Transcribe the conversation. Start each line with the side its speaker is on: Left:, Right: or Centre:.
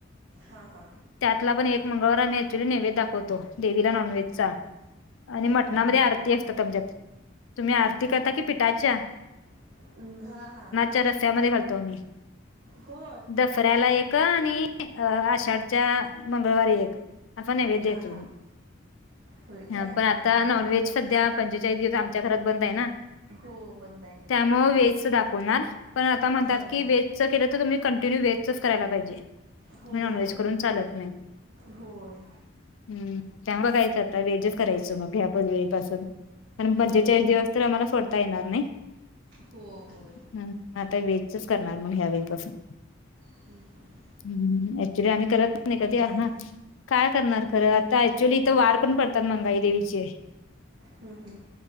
Right: हा हा.
Left: त्यातला पण एक मंगळवार आम्ही ऍक्च्युअली नैवेद दाखवतो. देवीला नॉनव्हेजचा. आणि मटणामध्ये
Right: हम्म
Left: आरती असतात आमच्यात. तुम्ही आरती करता कि पिठाच्या?
Right: हम्म हा हा.
Left: ते रस्या मध्ये घालतो आम्ही.
Right: <inaudible> होय.
Left: दसऱ्याला एक. आणि अ आषाढच्या मंगळवारी एक. आपण निवेद
Right: हा
Left: देतो.
Right: हा होय काय
Left: ह पण आता
Right: हा हा
Left: नॉनव्हेज सध्या पंचेचाळीस दिवस आम च्याकडे बंद आहे ना.
Right: हो बंद आहे.
Left: <inaudible> त्या मग व्हेज च दाखवणार. पण आता म्हणतात
Right: हा
Left: की,
Right: हा
Left: व्हेजचं केलं, तर तुम्ही कंटिन्यू व्हेजचच करायला पाहिजे.
Right: होय
Left: नॉनव्हेज करून चालत नाही.
Right: होय
Left: <inaudible> हं <unintelligible> व्हेज करायचं मग ह्या पुनवेपासून. कारण पंचेचाळीस
Right: हम्म हम्म
Left: दिवस तर आम्हाला सोडता येणार नाही. <inaudible>
Right: हो होय
Left: हम्म, आता व्हेजचच करणार मग ह्या वेळपासून.
Right: हम्म हं.
Left: हम् हम्म. ऍक्च्युली आम्ही करतच नाही कधी.
Right: तर
Left: हा काय करणार खरं. आता ऍक्च्युली इथं वार पण पडतात मंगाई देवीचे.
Right: ह ह.